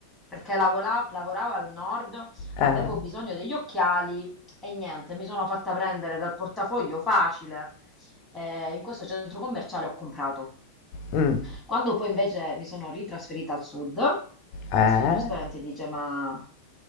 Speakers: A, in the centre; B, on the left.
A: perché lavola- lavoravo al nord, avevo
B: Eh.
A: bisogno degli occhiali e niente, mi sono fatta prendere dal portafoglio facile. eh, in questo centro commerciale ho comprato.
B: mm,
A: Quando poi invece mi sono ritrasferita al sud, questo
B: eh.
A: giustamente dice: Ma